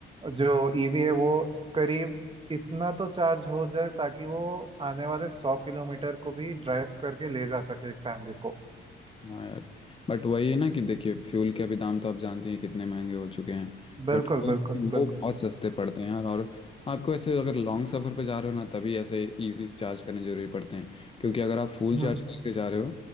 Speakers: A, on the right; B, on the left.
A: जो ईवी है वो करीब इतना तो चार्ज हो जाए ताकि वो आने वाले सौ किलोमीटर को भी ड्राइव करके ले जा सके एक फैमिली को
B: हाँ यार बट वही है ना कि देखिए फ्यूल के अभी दाम तो आप जानते हैं कितने महंगे हो चुके हैं
A: बिल्कुल
B: बट वो
A: बिल्कुल बिल्कुल
B: वो बहुत सस्ते पड़ते हैं यार और आपको ऐसे अगर लॉन्ग सफ़र पे जा रहे हो ना तभी ऐसे ईवीज चार्ज करने जरूरी पड़ते हैं क्योंकि अगर आप फुल
A: हम्म
B: चार्ज करके जा रहे हो